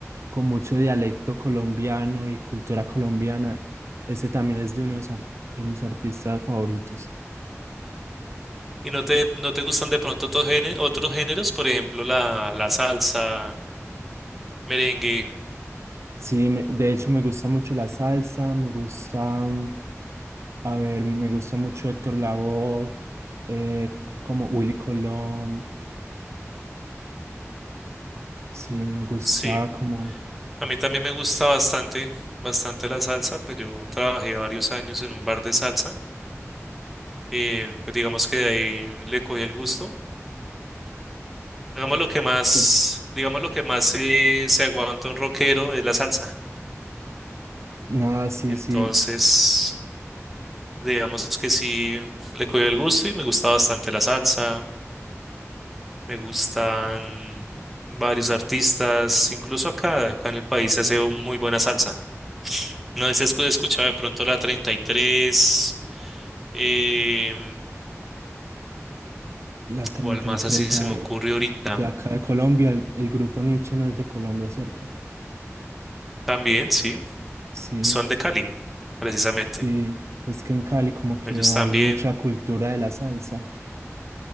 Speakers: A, on the right (about 65°); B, in the centre.
A: con mucho dialecto colombiano y cultura colombiana. Ese también es de unos ar- de mis artistas favoritos.
B: ¿Y no te, no te gustan de pronto otros géneros, otros géneros, por ejemplo, la, la salsa, merengue?
A: Sí, me- de hecho me gusta mucho la salsa, me gusta mm, A ver, me gusta mucho Héctor Lavoe, eh, como Willy Colón, sí, me gusta
B: Sí.
A: como...
B: A mí también me gusta bastante, bastante la salsa, pues yo trabajé varios años en un bar de salsa, eh, pues digamos que de ahí le cogí el gusto. Digamos lo que más,
A: sí
B: digamos lo que más se, se aguanta un rockero es la salsa.
A: Nada, sí,
B: Entonces,
A: sí,
B: digamos que sí le cogí el gusto y me gusta bastante la salsa, me gustan varios artistas, incluso acá, acá en el país se hace muy buena salsa. No sé si has escuchado de pronto la 33, eh,
A: la treinta
B: ¿Cuál más
A: y tres
B: así se
A: a
B: me
A: ver,
B: ocurre ahorita?
A: de acá de Colombia, el, el grupo Nietzsche no es de Colombia, ¿cierto?
B: También, sí,
A: Sí,
B: son de Cali, precisamente.
A: sí, es que en Cali como que
B: Ellos
A: hay
B: también,
A: mucha cultura de la salsa,